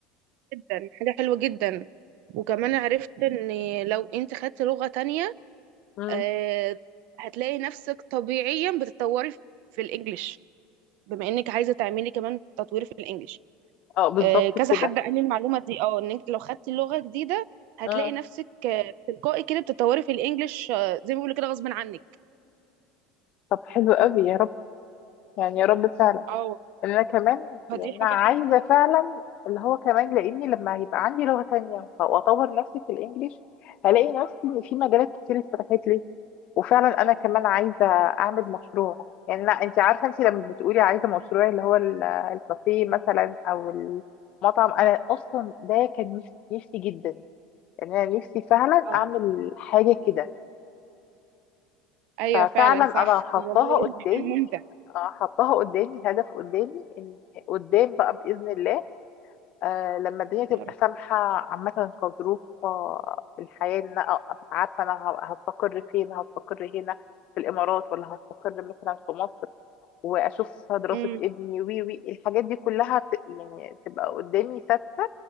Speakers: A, on the right; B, on the left.
A: جدا حاجه حلوه جدا وكمان عرفت ان لو انت خدت لغه تانية
B: امم
A: آه، هتلاقي نفسك طبيعيا بتتطوري في في الانجليش بما انك عايزه تعملي كمان تطوير في الانجليش
B: اه بالظبط
A: آه، كذا
B: كده
A: حد قال لي المعلومه دي اه ان انت لو خدتي لغه جديده هتلاقي
B: اه
A: نفسك آه، تلقائي كده بتتطوري في الانجليش آه، زي ما بيقولوا كده غصب عنك
B: طب حلو قوي يا رب يعني يا رب فعلا
A: اه
B: ان انا كمان
A: فدي
B: يعني
A: حاجة
B: انا عايزه
A: حلوة
B: فعلا اللي هو كمان لاني لما هيبقى عندي لغه تانية واطور نفسي في الانجليش هلاقي نفسي ان في مجالات كتير اتفتحت لي وفعلا انا كمان عايزه اعمل مشروع يعني لا انت عارفه انت لما بتقولي عايزه مشروع اللي هو ال- الكافيه مثلا او المطعم انا اصلا ده كان نفسي نفسي جدا ان انا نفسي فعلا
A: أو.
B: اعمل حاجه كده
A: أيوه
B: ففعلا
A: فعلا صح
B: انا حطاها
A: والله
B: قدامي
A: صدقني ممتع
B: حطاها قدامي هدف قدامي ان قدام بقى باذن الله آه لما الدنيا تبقى
A: يا رب
B: سامحة عامة كظروف آه، الحياة إن أنا أبقى عارفة أنا ه- هستقر فين هستقر هنا في الإمارات ولا هستقر مثلا في مصر وأشوف دراسة
A: أمم.
B: ابني وي وي الحاجات دي كلها ت... يعني تبقى قدامي ثابتة